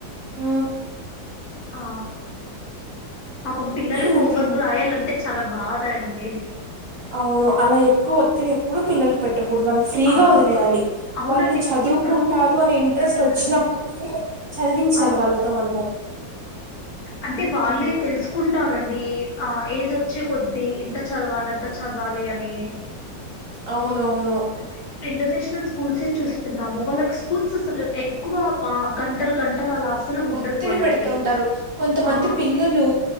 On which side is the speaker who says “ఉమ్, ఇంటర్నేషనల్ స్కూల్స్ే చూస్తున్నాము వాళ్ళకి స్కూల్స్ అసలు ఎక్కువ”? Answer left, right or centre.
Left